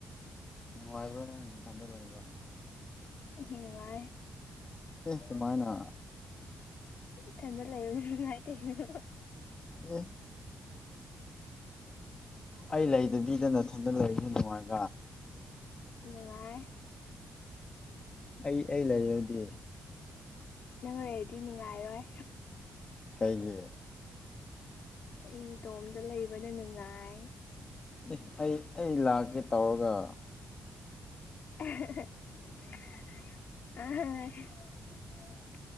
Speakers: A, on the left; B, on the left.
A: ꯅꯨꯡꯉꯥꯏꯕꯅꯦ ꯊꯟꯗ ꯂꯩꯕ
B: ꯎꯝ ꯃꯥ
A: ꯑꯦ ꯇꯃꯥꯏꯅ
B: ꯆꯟ ꯂꯩ ꯏꯥꯏ ꯇ ꯏꯣ
A: ꯑ ꯑꯩ ꯂꯩꯗꯕꯤꯗ ꯅꯊꯟꯗ ꯂꯩꯔꯤꯁꯦ ꯅꯨꯡꯉꯥꯏꯕ
B: ꯅꯨꯡꯉꯥꯏ
A: ꯑꯩ ꯑꯩ ꯂꯩꯔꯗꯦ
B: ꯅꯪ ꯍꯔꯦꯗꯤ ꯅꯨꯡꯉꯥꯏꯔꯣꯏ
A: ꯀꯩꯒꯤ
B: ꯑꯩ ꯏꯇꯣꯝꯇ ꯂꯩꯕꯅ ꯅꯨꯡꯉꯥꯏ
A: ꯑꯦ ꯑꯩ ꯑꯩ ꯂꯥꯛꯀꯦ ꯇꯧꯔꯒ
B: <unintelligible>